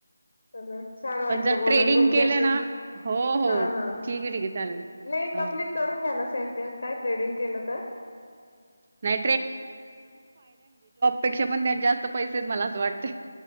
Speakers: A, on the left; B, on the right.
A: चला छान वाटलं
B: पण जर
A: बोलुन
B: ट्रेडिंग
A: तुमच्याशी.
B: केलं ना हो हो
A: हा हा
B: ठीक आहे ठीक आहे चालेल
A: नाही
B: हो.
A: कमप्लीट करून घ्या ना सेंटेनस काय थ्रेडिंग केलं तर
B: नाही पेक्षा पण त्यात जास्त पैसेच मला अस वाट